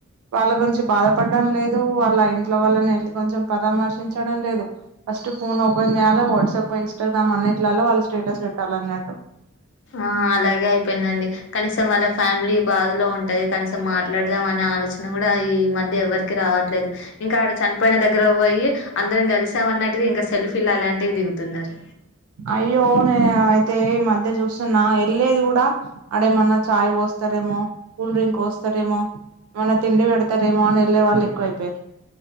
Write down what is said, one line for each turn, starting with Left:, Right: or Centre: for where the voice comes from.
Right: వాళ్ళ గురించి బాధపడ్డం లేదు వాళ్ళ ఇంట్లో వాళ్ళని ఎళ్ళి కొంచెం పరామర్శించడం లేదు ఫస్ట్ ఫోన్ ఓపెన్ చేయాలి వాట్సాప్ ఇన్స్టాగ్రామ్ అన్నిటిలల్లో వాళ్ళు స్టేటస్ పెట్టాలన్నట్టు
Left: ఆ అలాగే అయిపోయిందండి కనీసం వాళ్ళ ఫ్యామిలీ బాధలో ఉంటది కనీసం మాట్లాడదాం అనే ఆలోచన కూడా ఈ మధ్య ఎవరి కి రావట్లేదు ఇంకా ఆడ చనిపోయిన దగ్గరకు పోయి అందరం గలిసాం అన్నట్టుగా ఇంకా సెల్ఫీలు అలాంటివి దిగుతున్నారు
Right: అయ్యో నేను అయితే ఈ మధ్య చూస్తున్నా ఎళ్ళేది గూడా అడేమన్నా చాయ్ పోస్తరేమో కూల్ డ్రింక్ పోస్తరేమో మన్నా తిండి పెడతారేమో అని ఎళ్ళే వాళు ఎక్కువ అయిపోయిర్రు